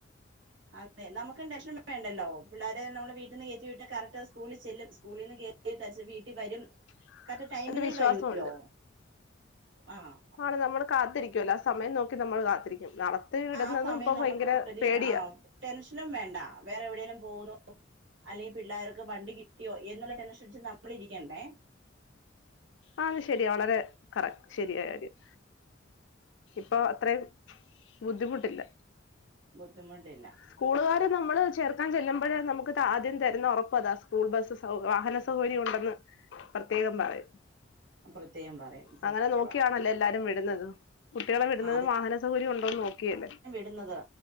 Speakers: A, on the right; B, on the left.
A: അതെ നമുക്കും ടെൻഷൻ വേണ്ടല്ലോ പിള്ളേരെ നമ്മള് വീട്ടിന്ന് കേറ്റി വിട്ട് കറക്റ്റ് സ്കൂളിൽ ചെല്ലും സ്കൂളിന്ന് കേ ടച്ച് വീട്ടി വരും
B: <inaudible>
A: കറക്റ്റ് ടൈമിങ്ങില്
B: എന്റെ വിശ്വാസമുണ്ട്
A: വരൂല്ലോ ആഹ്
B: ആണ് നമ്മള് കാത്തിരിക്കുവല്ലോ ആഹ് സമയം നോക്കി നമ്മള് കാത്തിരിക്കും നാളെ ത്തി വിടുന്നതും
A: ആ ആ സമയം
B: ഇപ്പൊ
A: നമുക്ക്
B: ഭയങ്കര
A: പ്രതീക്ഷ
B: പേടിയ
A: ആ ടെൻഷനും വേണ്ട വേറെ എവിടെലും പോവൂന്നോ അല്ലെങ്കി പിള്ളേർക്ക് വണ്ടി കിട്ടിയോ എന്നുള്ള ടെൻഷനടിച്ച് നമ്മളിരിക്കണ്ടേ
B: ആഹ് അത് ശരിയാ വളരെ കറക്റ്റ് ശരിയായ കാര്യം പ്പൊ അത്രേം ബുദ്ധിമുട്ടില്ല
A: ബുദ്ധിമുട്ടില്ല
B: സ്കൂളുകാര് നമ്മള് ചേർ ക്കാൻ ചെല്ലുമ്പഴെ നമുക്ക് ആദ്യം തരുന്ന ഒറപ്പതാ സ്കൂൾ ബസ് സൗ വാഹന സൗകര്യം ഉണ്ടെന്ന് പ്രത്യേകം പറയും
A: പ്രത്യേകം പറയും സത്യവാ
B: അങ്ങനെ നോക്കിയാണല്ലോ എല്ലാരും വിടുന്നത് കുട്ടികളെ വിടുന്നതും
A: ആ
B: വാഹന സൗകര്യം ഉണ്ടോന്ന് നോക്കിയല്ലേ
A: ടുന്നത്